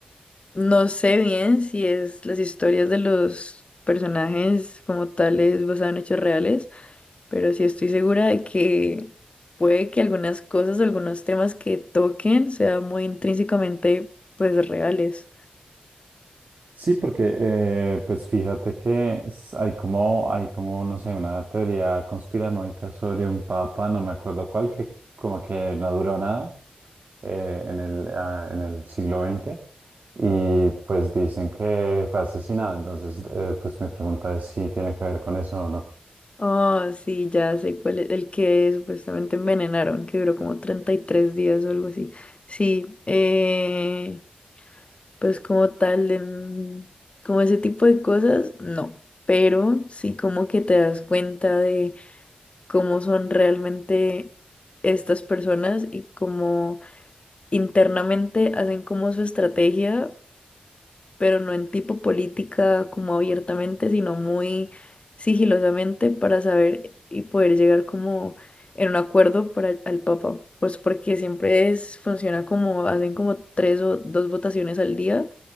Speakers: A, on the left (about 40°); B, on the right (about 65°).
A: no sé bien si es las historias de los personajes como tales basadas en hechos reales pero sí estoy segura de que puede que algunas cosas, algunos temas que toquen sean muy intrínsecamente pues reales.
B: Sí, porque eh, pues fíjate que s- hay como, hay como, no sé, una teoría conspiranoica sobre un papa, no me acuerdo cuál, que como que no duró nada eh, en el, ah, en el siglo XX y pues dicen que fue asesinado, entonces eh, pues mi pregunta es si tiene que ver con eso o no.
A: Oh, sí, ya sé cuál es el que supuestamente envenenaron, que duró como 33 días o algo así. Sí, eh, pues como tal, en- como ese tipo de cosas, no. Pero sí como que te das cuenta de cómo son realmente estas personas y cómo internamente hacen como su estrategia, pero no en tipo política como abiertamente, sino muy sigilosamente para saber y poder llegar como en un acuerdo para el- al Papa. Pues porque siempre es, funciona como, hacen como tres o dos votaciones al día